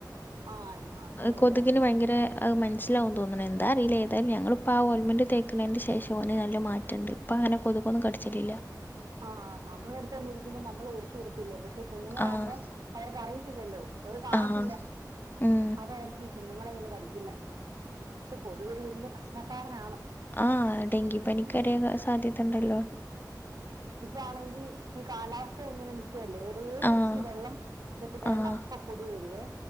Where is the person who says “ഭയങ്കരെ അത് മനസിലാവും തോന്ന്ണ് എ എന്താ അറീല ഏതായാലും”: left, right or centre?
Left